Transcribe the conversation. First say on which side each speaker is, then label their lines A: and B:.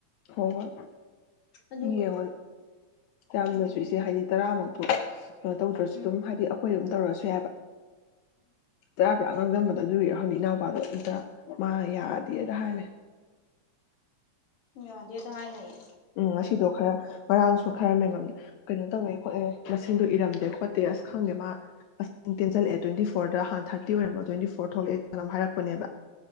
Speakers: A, on the left; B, on the left.
A: ꯍꯣꯏ ꯍꯣꯏ
B: ꯑꯗꯨꯒ
A: ꯌꯦꯡꯉꯣ ꯌꯥꯝꯅꯁꯨ
B: ꯎꯝ
A: ꯏꯆꯦ ꯍꯥꯏꯗꯤ ꯇꯔꯥꯃꯨꯛ <unintelligible> ꯀꯩꯅꯣ ꯇꯧꯗ꯭ꯔꯁꯨ
B: ꯎꯝ
A: ꯑꯗꯨꯝ ꯍꯥꯏꯗꯤ ꯑꯩꯈꯣꯏ ꯇꯧꯔꯁꯨ ꯌꯥꯏꯕ ꯇꯔꯥ ꯄꯨꯔꯥ ꯉꯥꯡꯖꯕꯗꯣ ꯑꯗꯨꯏꯔꯥ ꯍꯪꯗꯦ ꯏꯅꯥꯎꯄꯥꯗꯣ ꯑꯝꯇ ꯃꯥꯅ ꯌꯥꯗꯦꯗ ꯍꯥꯏ ꯂꯩ
B: ꯌꯥꯗꯦꯗ ꯍꯥꯏ ꯂꯩꯌꯦ
A: ꯎꯝ ꯉꯁꯤꯗꯣ ꯈꯔ ꯉꯔꯥꯡꯁꯨ ꯈꯔ ꯃꯦꯝꯕꯝ ꯀꯩꯅꯣ ꯇꯧꯋꯦ ꯈꯣꯠꯂꯦ ꯃꯁꯤꯡꯗꯣ ꯏꯔꯝꯗꯦ ꯈꯣꯠꯇꯦ ꯑꯁ ꯈꯪꯗꯦ ꯃꯥ ꯃꯁꯤꯡ ꯇꯦꯟꯖꯜꯂꯛꯑꯦ ꯇ꯭ꯋꯦꯟꯇꯤ ꯐꯣꯔꯗ ꯍꯥꯟꯅ ꯊꯥꯔꯇꯤ ꯑꯣꯏꯔꯝꯕ ꯇ꯭ꯋꯦꯟꯇꯤ ꯐꯣꯔ ꯊꯣꯛꯂꯛꯑꯦ ꯑꯗꯨꯃꯥꯏ ꯍꯥꯏꯔꯛꯄꯅꯦꯕ